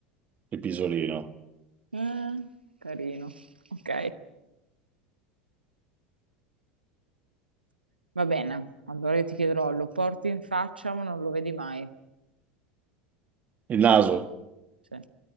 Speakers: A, on the right; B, on the right.
A: Il pisolino.
B: Eh, carino. Ok. Va bene. Allora io ti chiederò, lo porti in faccia ma non lo vedi mai.
A: Il naso.
B: Sì.